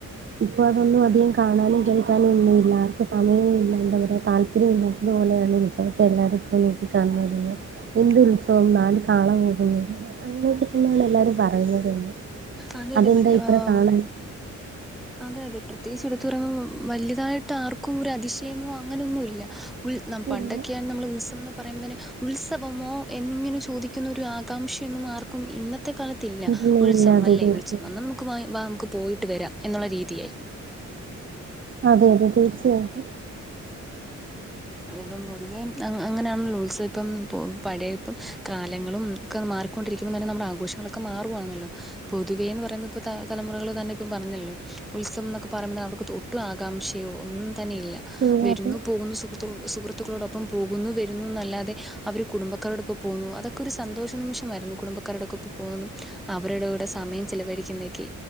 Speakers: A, on the right; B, in the centre.
A: ഇപ്പൊ അതൊന്നും അധികം കാണാനും കേൾക്കാനും ഒന്നും ഇല്ലാ ആർക്കും സമയവും ഇല്ല എന്താ പറയുക താല്പര്യം ഇല്ലാത്തതുപോലെയാണ്. എന്നിട്ടെല്ലാരിപ്പോ നോക്കി <unintelligible> എന്ത് ഉത്സവം, നാല് കാള പോകുന്നു അങ്ങനെയൊക്കെ തന്നെയാണ് എല്ലാരും പറയുന്നത് തന്നെ
B: അതെടി
A: അതെന്താ
B: വല്
A: ഇത്ര
B: ആഹ്
A: കാണാൻ
B: അതെ അതെ പ്രത്യേകിച്ച് എടുത്ത് പറയുമ്പോ വലുതായിട്ട് ആർക്കും ഒരു അതിശയമോ അങ്ങനെയൊന്നുമില്ല. ഉൽ നാം പണ്ടൊക്കെയാണ്
A: ഇല്ല
B: നമ്മള് ഉത്സവം ന്ന് പറയുമ്പോ തന്നെ ഉത്സവമോ എന്നിങ്ങനെ ചോദിക്കുന്നൊരു ആകാംക്ഷയൊന്നും ആർക്കും ഇന്നത് ത്തെ കാലത്തില്ല
A: ഇല്ല
B: ഉത്സവം
A: ഇല്ല അതെ
B: അല്ലേ?
A: തീർച്ചയായിട്ടും
B: ഉത്സവം, എന്നാൽ നമുക്ക് വാ നമുക്ക് പോയിട്ട് വരാം എന്നുള്ള രീതിയായി.
A: അതെയതെ തീർച്ചയായിട്ടും.
B: അതിപ്പം പൊതുവേ അങ്ങ അങ്ങനെയാണല്ലോ ഉത്സവം ഇപ്പം പൊ പഴയ ഇപ്പം കാലങ്ങളും ക്കെ മാറിക്കൊണ്ടിരിക്കുമ്പോൾ തന്നെ നമ്മുടെ ആഘോഷങ്ങളൊക്ക മാറുവാന്നല്ലോ. പൊതുവേ എന്ന് പറയുമ്പോ ഇപ്പ ത തലമുറകൾ തന്നെ ഇപ്പം പറഞ്ഞല്ലോ ഉത്സവം എന്നൊക്കെ പറയുമ്പ അവർക്ക് തോ ഒട്ടുംആകാംക്ഷയോ ഒന്നും തന്നെയില്ല.
A: ഉം,
B: വരുന്നു
A: അതെ
B: പോകുന്നു, സുഹ് ത്തു സുഹൃത്തുക്കളോടൊപ്പം പോകുന്നു വരുന്നു എന്നല്ലാതെ അവർ കുടുംബക്കാരോടൊപ്പം പോകുന്നു അതൊക്കെ ക്കെ ഒരു സന്തോഷ നിമിഷമായിരുന്നു കുടുംബക്കാരോടൊക്കൊപ്പം പോകുന്നതും അവരുടെ കൂടെ സമയം ചിലവഴിക്കുന്നയൊക്കെ